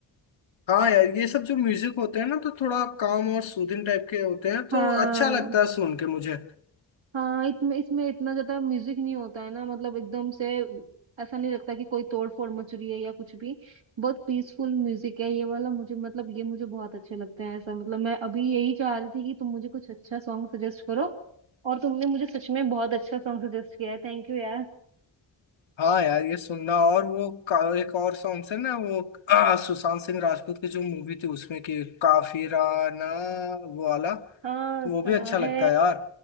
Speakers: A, on the left; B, on the right.
A: हाँ यार ये सब जो म्यूजिक होते हैं ना तो थोड़ा काम और सूदिंग टाइप के होते हैं तो
B: हाँ
A: अच्छा लगता है सुन के मुझे
B: हाँ इसमें इसमें इतना ज्यादा म्यूजिक नहीं होता है ना मतलब एकदम से ऐसा नहीं लगता कि कोई तोड़ फोड़ मच रही है या कुछ भी बहुत पीसफुल म्यूजिक है ये वाला मुझे मतलब ये मुझे बहुत अच्छे लगते हैं ऐसा मतलब मैं अभी यही चाह रही थी कि तुम मुझे कुछ अच्छा सॉन्ग सजेस्ट करो और तुमने मुझे सच में बहुत अच्छा सॉन्ग सजेस्ट किया है थैंक यू यार
A: हाँ यार ये सुनना और वो का- एक और सॉन्ग है ना वो <clears throat> आ, सुशांत सिंह राजपूत की जो मूवी थी उसमें कि काफिराना वो वाला तो
B: हाँ सा
A: वो भी अच्छा
B: है
A: लगता है यार